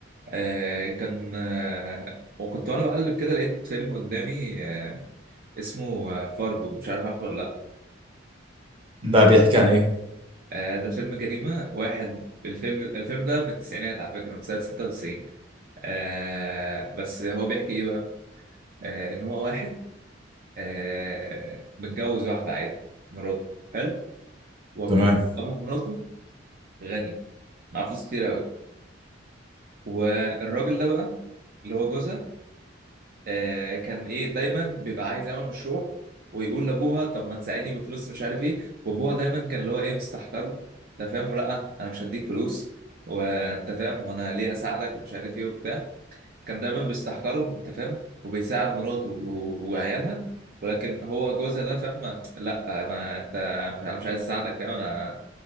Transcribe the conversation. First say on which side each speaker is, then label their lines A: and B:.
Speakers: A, on the right; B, on the right.
A: آه، كان آه، وكنت وأنا بقلب كده لقيت فيلم قدامي آه، اسمه آه، فارجو مش عارف عارفه ولا لأ
B: ده بيحكي عن ايه
A: آه، ده فيلم جريمة واحد الفيلم الفيلم ده من التسعينات على فكرة من سنة 96 آه بس هو بيحكي ايه بقى آه ان هو واحد آه متجوز واحده عادي مراته حلو وابوه
B: تمام
A: ابو مراته غني معاه فلوس كتير قوي والراجل ده بقى اللي هو جوزها آه كان ايه دايما بيبقى عايز يعمل مشروع ويقول لابوها طب ما تساعدني بفلوس مش عارف ايه وابوها دايما كان اللي هو ايه مستحقره انت فاهم لا انا مش هديك فلوس وانت فاهم وانا ليه اساعدك ومش عارف ايه وبتاع كان دايما بيستحقره انت فاهم وبيساعد مراته و- وعيالها ولكن هو جوزها ده فاهم ما- لا ما انت مش انا مش عايز اساعدك فاهم انا